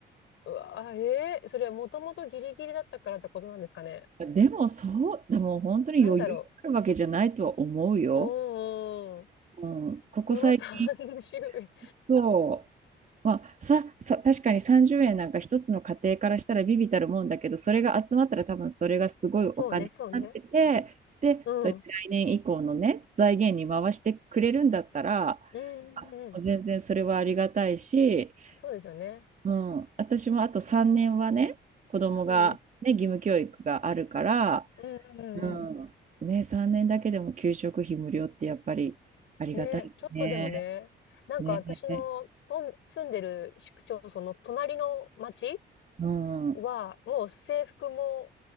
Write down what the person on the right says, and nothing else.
でもそう、でも本当に余裕があるわけじゃないとは思うよ。
うん、ここ最近、
そう。まあ、さ、さ、確かに30円なんか一つの家庭からしたら微々たるもんだけど、それが集まったら多分それがすごいお金になってて、
で、
そうやって来年以降のね、
財源に回してくれるんだったら、
あ全然それはありがたいし、
うん、私もあと3年はね、子供がね、
義務教育があるから、
うん、ね、3年だけでも給食費無料ってやっぱりありがたいね。
ね。うん。